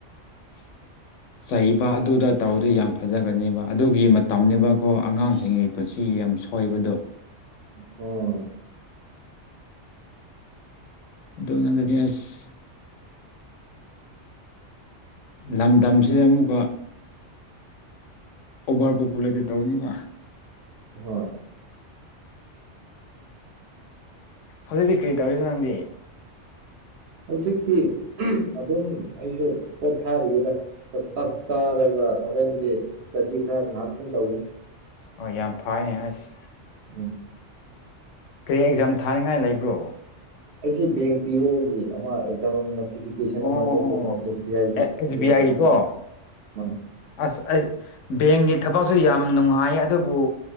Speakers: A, on the left; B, on the right.
A: <inaudible> ꯆꯩꯕ ꯑꯗꯨꯗ ꯇꯧꯔꯗꯤ ꯌꯥꯝ ꯐꯖꯒꯅꯦꯕ ꯑꯗꯨꯒꯤ ꯃꯇꯝꯅꯤꯕꯀꯣ ꯑꯉꯥꯡꯁꯤꯡꯒꯤ ꯄꯨꯟꯁꯤ ꯌꯥꯝ ꯁꯨ ꯍꯣꯏꯕꯗꯣ
B: ꯍꯣꯏ
A: ꯑꯗꯨ ꯅꯠꯗꯗꯤ ꯑꯁ ꯂꯝꯗꯝꯁꯤꯗ ꯑꯃꯨꯛꯀ ꯑꯣꯚꯔ ꯄꯣꯄꯨꯂꯦꯇꯦꯠ ꯇꯧꯅꯤꯕ
B: ꯍꯣꯏ
A: ꯍꯧꯖꯤꯛꯇꯤ ꯀ꯭ꯔꯤ ꯇꯧꯔꯤꯅꯣ ꯅꯪꯗꯤ?
B: ꯍꯧꯖꯤꯛꯇꯤ ꯑꯗꯨꯝ ꯑꯩꯁꯨ ꯄꯣꯠ ꯊꯥꯔꯤꯌꯦꯗ꯫ ꯆꯥꯛ ꯆꯥꯔꯒ ꯍꯣꯔꯦꯟꯗꯤ ꯏꯁꯇꯗꯤ ꯈꯔ ꯉꯍꯥꯛꯇꯪ ꯇꯧꯅꯤ꯫
A: ꯑꯣ ꯌꯥꯝ ꯐꯥꯏꯅꯦ ꯑꯁ
B: ꯎꯝ
A: ꯀꯔꯤ ꯑꯦꯛꯖꯥꯝ ꯊꯥꯅꯤꯡꯉꯥꯏ ꯂꯩꯕ꯭ꯔꯣ?
B: ꯑꯩꯁꯤ ꯕꯦꯡ ꯄꯤ ꯑꯣꯒꯤ ꯑꯃ ꯑꯦꯛꯖꯥꯝ ꯑꯃ ꯇꯤꯐꯦꯀꯦꯁꯟ
A: ꯑꯣ
B: ꯑꯃ
A: ꯑꯣ
B: ꯊꯣꯛꯄꯗꯣ ꯑꯦꯁ ꯕꯤ ꯑꯥꯏꯒꯤ
A: ꯑꯦꯁ
B: <unintelligible>
A: ꯕꯤ ꯑꯥꯏꯒꯤꯀꯣ ꯑꯁ ꯑꯩꯁ ꯕꯦꯡꯒꯤ ꯊꯕꯛꯁꯨ ꯌꯥꯝ ꯅꯨꯡꯉꯥꯏ ꯑꯗꯨꯕꯨ